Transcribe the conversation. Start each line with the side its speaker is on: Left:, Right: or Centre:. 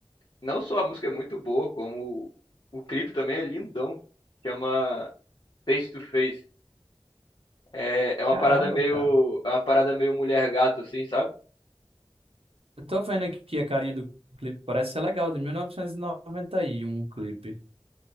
Left: não só a música é muito boa, como o clipe também é lindão. Chama Face to Face. É, é uma
Right: Caramba,
Left: parada meio,
Right: cara.
Left: é uma parada meio mulher gato assim, sabe?
Right: Eu tô vendo aqui a carinha do clipe, parece ser legal, de 1991 o clipe.